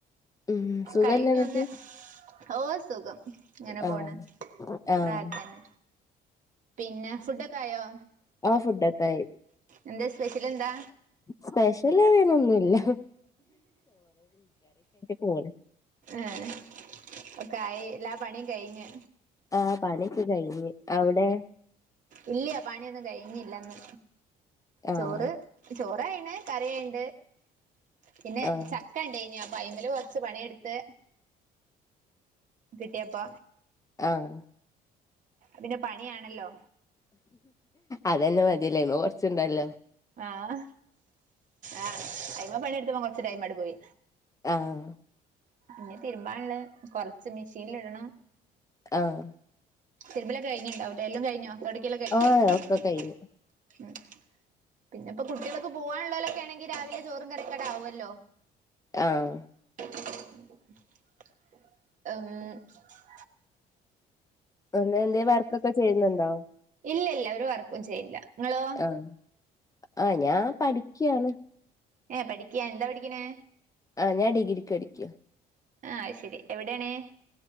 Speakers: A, on the left; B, on the right.
A: ഉം സുഖല്ലേ
B: കഴിഞ്ഞു
A: എന്നിട്ട്
B: വന്ന് ഓ സുഖം ഇങ്ങനെ
A: ആഹ്
B: പോണ്
A: ആഹ്
B: റാഹത്തന്നെ പിന്നെ ഫുഡൊക്കെ ആയോ
A: ആഹ് ഫുഡ് ഒക്കെ ആയി
B: എന്തേ സ്പെഷ്യൽ എന്താ
A: സ്പെഷ്യൽ അതിനൊന്നുഇല്ല പോണ്
B: ആഹ് ഒക്കെആയി എല്ലാ പണിയും കഴിഞ്ഞ്
A: ആ പണിക്കെ കഴിഞ്ഞ് അവിടെ
B: ഇല്ല പണിയൊന്നും കഴിഞ്ഞില്ലന്ന്
A: ആഹ്
B: ചോറ് ചോറ് ആയിണ് കറിയ്ണ്ട് പിന്നെ
A: ആഹ്
B: ച ക്കണ്ടേഞ് അപ്പ അയ്മേല് കുറച്ച് പണിയെടുത്ത് കിട്ടിയപ്പ
A: ആഹ്
B: പിന്നെ പണിയാണല്ലോ
A: അതന്നെ മതിയല്ലേ അയ്മെ കൊറച്ചുണ്ടല്ലോ
B: ആഹ് ആഹ് അയ്മ പണിയെടുത്തപ്പം കൊറച്ച് ടൈം അട് പോയി
A: ആഹ്
B: ഇനി തീരുമ്പാള്ളഹ് കൊർച്ച് മെഷീനിലിടണം
A: ആഹ്
B: തിരുമ്പലൊക്കെ കഴിഞ്ഞുണ്ടാവും അല്ലെ എല്ലാം കഴിഞ്ഞോ തൊടക്കലെക്കെ ഉം
A: ആഹ് ഒക്കെ കഴിഞ്ഞു
B: പിന്നെ ഇപ്പോ കുട്ടികളൊക്കെ പോവാൻള്ളോലൊക്കെ ആണെങ്കി രാവിലെ ചോറും കറിക്കെ അങ്ങട്ട് ആവൊല്ലോ
A: ആഹ്
B: ഉം
A: ഒന്ന് എന്തേ വർക്കൊക്കെ ചെയ്യുന്നുണ്ടോ
B: ഇല്ലല്ല ഒരു വർക്കും ചെയ്യില്ല നിങ്ങളോ
A: ആഹ് ആഹ് ഞാൻ പഠിക്ക്യാണ്
B: ഏഹ് പഠിക്കാ എന്താ പഠിക്കണേ
A: ആഹ് ഞാൻ ഡിഗ്രിക്ക് പഠിക്ക
B: ആ അത് ശരി എവിടെയാണ്